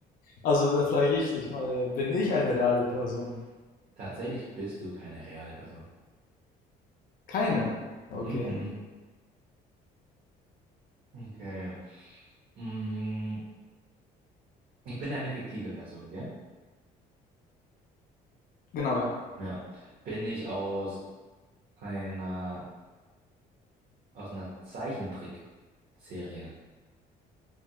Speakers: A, on the left; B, on the right.
A: Also, dann frage ich dich mal, äh, bin ich eine reale Person?
B: Tatsächlich bist du keine reale Person.
A: Keine. Okay.
B: Mm-mm. Okay. Mm, ich bin eine fiktive Person, gell?
A: Genau, ja.
B: Ja. Bin ich aus einer, aus einer Zeichentrickserie.